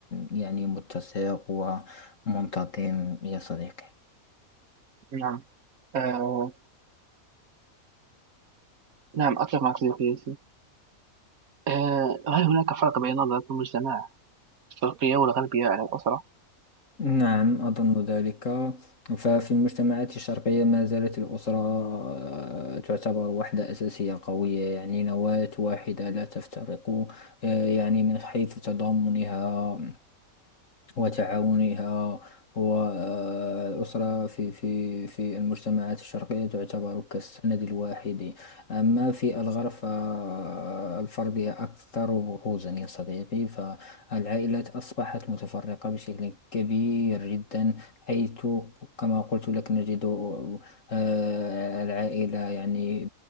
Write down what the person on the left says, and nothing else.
يعني متسق ومنتظم يا صديقي
نعم أظن ذلك ففي المجتمعات الشرقية ما زالت الأسرة آه، تعتبر وحدة أساسية قوية يعني نواة واحدة لا تفترق آه، يعني من حيث تضامنها وتعاونها والأسرة في في في المجتمعات الشرقية تعتبر كالسند الواحد أما في الغرب فالفردية أكثر بروزا يا صديقي فالعائلات أصبحت متفرقة بشكل كبير جدا حيث كما قلت لك نجد آه، العائلة يعني